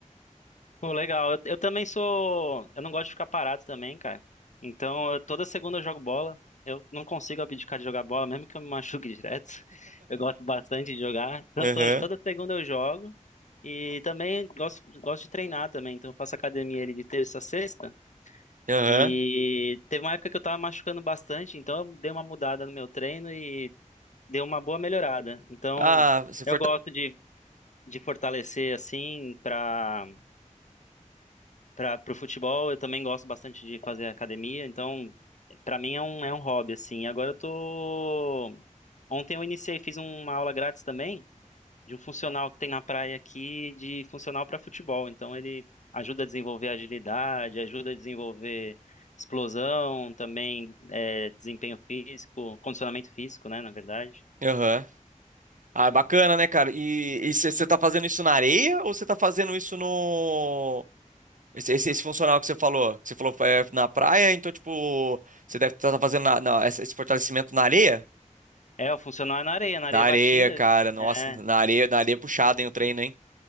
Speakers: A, on the left; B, on the right.
A: Pô, legal. Eu, eu também sou, eu não gosto de ficar parado também, cara. Então, eu- toda segunda eu jogo bola. Eu não consigo abdicar de jogar bola, mesmo que eu me machuque <laughs> direto. Eu gosto bastante de jogar. Então,
B: <laughs> Aham,
A: to- toda segunda eu jogo. E também gosto, gosto de treinar também. Então, eu faço academia ali de terça a sexta.
B: aham.
A: E teve uma época que eu tava machucando bastante, então eu dei uma mudada no meu treino e deu uma boa melhorada. Então,
B: Ah, você
A: eu gosto de, de fortalecer assim para para pro futebol, eu também gosto bastante de fazer academia, então pra mim é um é um hobby assim. Agora eu tô Ontem eu iniciei, fiz uma aula grátis também de um funcional que tem na praia aqui, de funcional para futebol. Então ele ajuda a desenvolver agilidade, ajuda a desenvolver explosão, também é, desempenho físico, condicionamento físico, né, na verdade.
B: fortalece. Ah, é bacana, né, cara? E você tá fazendo isso na areia ou você tá fazendo isso no. Esse, esse, esse funcional que você falou? Que você falou é, na praia, então, tipo, você deve estar fazendo na- na- esse esse fortalecimento na areia?
A: É, o funcional é na areia, na areia
B: Na areia,
A: batida.
B: cara. Nossa,
A: É,
B: na areia, na areia é puxado, hein, o treino, hein?